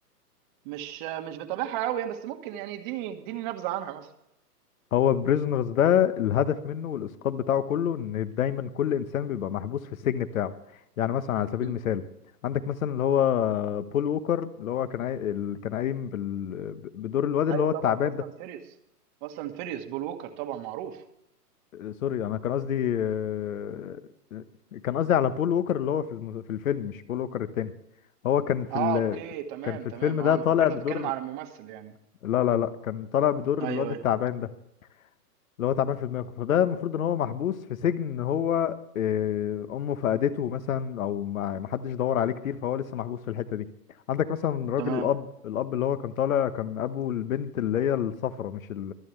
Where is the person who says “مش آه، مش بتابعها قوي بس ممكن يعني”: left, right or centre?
Right